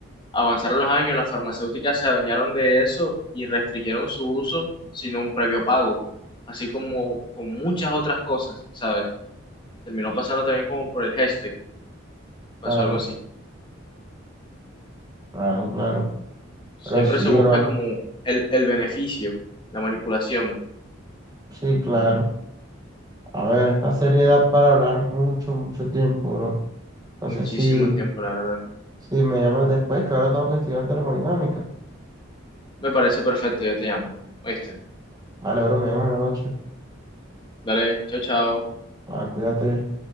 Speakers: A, on the left (about 25°); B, on the right (about 20°).
A: Avanzaron los años, las farmacéuticas se adueñaron de eso y restringieron su uso sin un previo pago, así como con muchas otras cosas, ¿sabes? Terminó pasando también como por el hashtag, pasó
B: Claro,
A: algo así.
B: claro, claro.
A: Siempre
B: Pero sí,
A: se busca
B: bro.
A: como el, el beneficio, la manipulación.
B: Sí, claro. A ver, esta serie da para hablar mucho, mucho tiempo, bro. No
A: Muchísimo
B: sé si,
A: tiempo, la verdad.
B: si me llamas después, que ahora tengo que estudiar termodinámica.
A: Me parece perfecto, yo te llamo. ¿Oíste?
B: Vale, bro, me llamas en la noche.
A: Dale, chao, chao.
B: Va, cuídate.